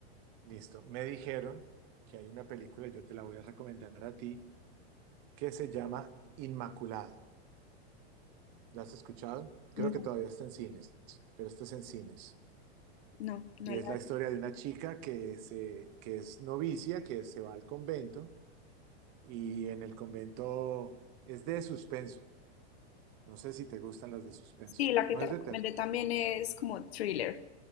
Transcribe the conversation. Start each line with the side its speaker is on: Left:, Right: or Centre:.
Right: listo. Me dijeron que hay una película, yo te la voy a recomendar a ti, que se llama Inmaculada. ¿La has escuchado? Creo
Left: No,
Right: que todavía está en cines, pero esto es en cines.
Left: no, no
Right: Y es
Left: la...
Right: la historia de una chica que, se, que es novicia, que se va al convento y en el convento es de suspenso. No sé si te gustan las de suspenso.
Left: Sí, la que
Right: No
Left: te
Right: es
Left: recomendé
Right: de terror.
Left: también es como thriller,